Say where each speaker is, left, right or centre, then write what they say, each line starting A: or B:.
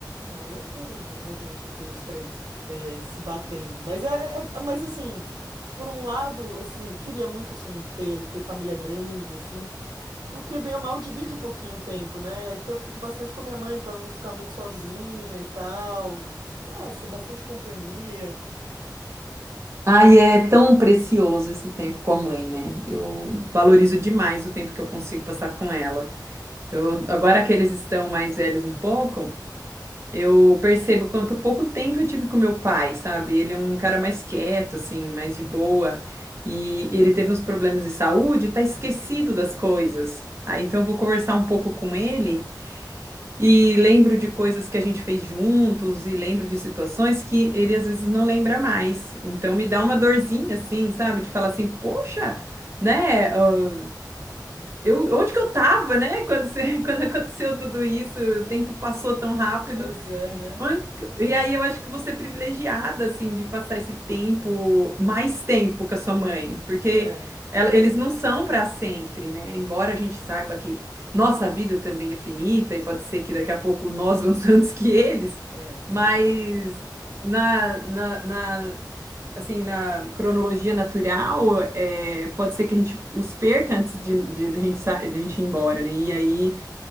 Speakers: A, on the right; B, on the right.
A: uma loucura, gen- a gente aqui, os três, é, se batendo. Mas é, é- é, mas assim, por um lado, esse, queria muito, assim, ter, ter família grande, assim, porque bem ou mal divide um pouquinho o tempo, né? É que eu fico bastante com a minha mãe, pra ela não ficar muito sozinha e tal. Sei lá, ser bastante companhia.
B: Ai, é tão precioso esse tempo com a mãe, né? Eu valorizo demais o tempo que eu consigo passar com ela. Então, agora que eles estão mais velhos um pouco. Eu percebo quanto pouco tempo eu tive com meu pai, sabe? Ele é um cara mais quieto, assim, mais de boa. E ele teve uns problemas de saúde, tá esquecido das coisas. Aí então eu vou conversar um pouco com ele e lembro de coisas que a gente fez juntos e lembro de situações que ele às vezes não lembra mais. Então me dá uma dorzinha, assim, sabe? De falar assim, poxa, né? ah, Eu, onde que eu tava, né? Quando, você- <laughs> quando aconteceu tudo isso, o tempo passou tão rápido.
A: Pois é, né?
B: Ai, E aí eu acho que você é privilegiada, assim, de passar esse tempo,
A: É,
B: mais tempo com a sua mãe, porque
A: é,
B: ela- eles não são para sempre, né? Embora a gente saiba que nossa vida também é finita e pode ser que daqui a pouco nós vamos <laughs> antes que eles,
A: é,
B: mas
A: pois é.
B: na, na, na- assim, na cronologia natural, é, pode ser que a gente os perca antes de, de, de a gente, sa- de a gente ir embora, né? E aí